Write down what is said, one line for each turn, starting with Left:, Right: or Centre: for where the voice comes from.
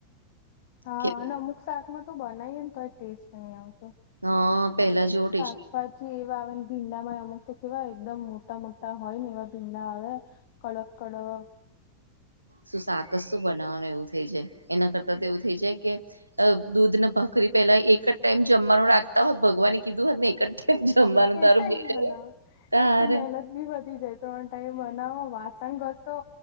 Left: હા
Right: કે
Left: અને અમુક શાક માં તો બનાવી ને તોય ટેસ્ટ નહી આવતો-
Right: અ પેલા જેવો ટેસ્ટ
Left: શાકભાજી એ- આવે ને ભીંડામાં અમુક તો કેવાય એકદમ મોટા મોટા હોય ને એવા ભીંડા આવે- કોળકળો-
Right: શું સાકસું બનાવવાનું એવું થઈ જાય એના કરતા તો એવું થઇ જાય કે- દૂધને ભાખરી પેલા એક જ ટાઈમ જમવાનું રાખતા હોય ભગવાને કીધું હોત ને એક ટાઈમ જ- જમવાનું
Left: એક
Right: તારું
Left: ટંગ
Right: બેટ
Left: મ ન <inaudible>
Right: તારે
Left: એક તો મહેનત બી વધી જાય ત્રણ ટાઈમ બનાવો વાસણ ઘસો